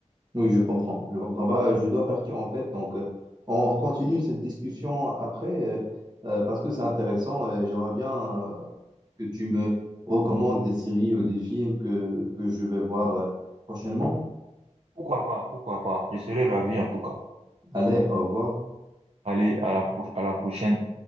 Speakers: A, on the right; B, on the right.
A: Oui, je comprends. Je comprends pas. Je dois partir en fait. Donc, euh, on continue cette discussion après euh, euh, parce que c'est intéressant. euh, J'aimerais bien euh, que tu me recommandes des séries ou des films que, que je vais voir euh, prochainement.
B: Pourquoi pas, pourquoi pas. Je serais ravi en tout cas.
A: Allez, au revoir.
B: Allez, à la, pro- à la prochaine.